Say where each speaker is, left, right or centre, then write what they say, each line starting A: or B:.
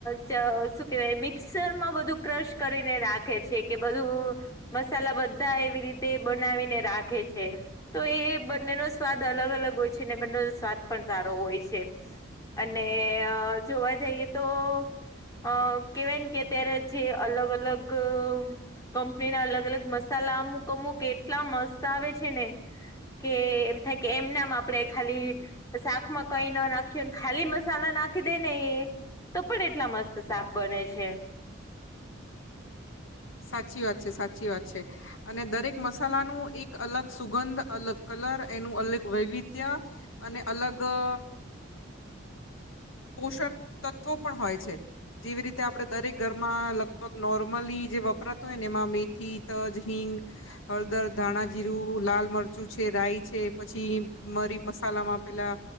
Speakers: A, on the left; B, on the left.
A: ચ શું કેવાય મિક્સરમાં બધું ક્રશ કરીને રાખે છે કે બધું મસાલા બધા એવી રીતે બનાવીને રાખે છે. તો એ બંનેનો સ્વાદ અલગ અલગ હોય છે ને બંનેનો સ્વાદ પણ સારો હોય છે. અને અ જોવા જઈએ તો અ કેવાયને કે અત્યારે જે અલગ-અલગ કંપનીના અલગ-અલગ મસાલા અમુક-અમુક એટલા મસ્ત આવે છે ને કે એમ થાય કે એમ નામ આપડે ખાલી શાકમાં કઈ ન નાખીએ ખાલી મસાલા નાખીદેને એ તો પણ એટલા મસ્ત શાક બને છે.
B: સાચી વાત છે, સાચી વાત છે અને દરેક મસાલાનું એક અલગ સુગંધ, અલગ કલર એનું અલગ વૈવિધ્ય અને અલગ અ પોષકતત્વો પણ હોય છે. જેવી રીતે આપડે દરેક ઘરમાં લગભગ નોર્મલી જે વપરાતું હોય ને એમાં મે થી તજ હીંગ હળદર ધાણાજીરું, લાલ મરચું છે, રાઈ છે, પછી મરી મસાલામાં પેલા